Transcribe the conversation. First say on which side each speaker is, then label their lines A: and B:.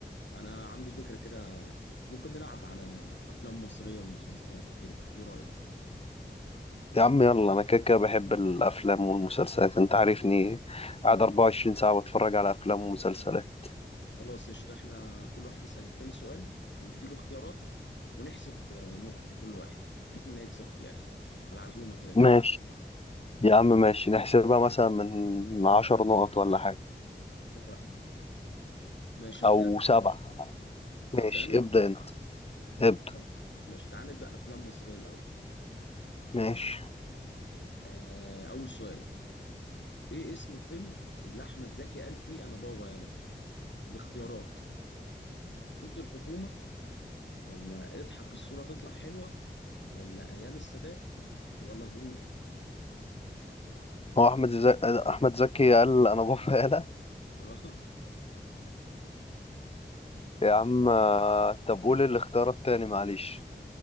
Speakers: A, on the left; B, on the left.
A: انا عندي فكرة كده ممكن نلعب على افلام مصرية ومسلسلات وكده ايه رأيك؟
B: يا عم يلا انا كده كده بحب الافلام والمسلسلات انت عارفني قاعد 24 ساعة بتفرج على افلام ومسلسلات
A: خلاص قشطة احنا كل واحد يسأل التاني سؤال ويديله اختيارات ونحسب آه، نقط لكل واحد نشوف مين هيكسب في الاخر على عزومة كده كده
B: ماشي يا عم ماشي نحسبها مثلا من 10 نقط ولا حاجة
A: اتفقنا ماشي
B: او
A: ابدا
B: سبعة ماشي
A: ابدا انا
B: ابدأ انت ابدأ
A: تمام. ماشي تعال نبدا افلام مصريه الاول
B: ماشي
A: آه اول سؤال ايه اسم الفيلم اللي احمد زكي قال فيه انا بابا يلا الاختيارات ضد الحكومه ولا اضحك الصوره تطلع حلوه ولا ايام السادات ولا الهروب
B: هو احمد زك... احمد زكي قال انا بفعلها
A: اه
B: يا عم آه، طب قول الاختيار التاني معلش